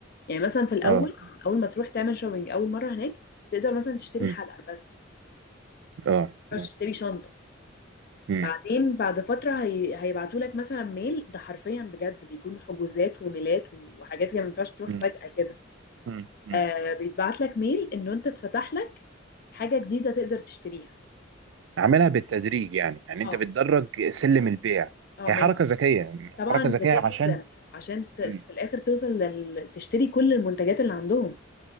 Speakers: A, on the left; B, on the right.
A: يعني مثلا في الأول
B: اه
A: أول ما تروح تعمل شوبينج أول مرة هناك تقدر مثلا تشتري
B: مم،
A: حلقة بس
B: اه
A: مش
B: آه.
A: تشتري شنطة
B: مم،
A: بعدين بعد فترة هي... هيبعتوا لك مثلا ميل ده حرفيا بجد بيكون حجوزات وميلات وحاجات كده ما ينفعش تروح
B: مم،
A: فجأة كده
B: مم، مم.
A: آه بيتبعت لك ميل إنه أنت اتفتح لك حاجة جديدة تقدر تشتريها
B: عاملها بالتدريج يعني يعني
A: اه
B: انت بتدرج سلم البيع
A: اه
B: هي
A: ما
B: حركه ذكيه
A: طبعا
B: حركه
A: ذكية
B: ذكيه عشان
A: جدا عشان ت-
B: مم.
A: في الآخر توصل لل... تشتري كل المنتجات اللي عندهم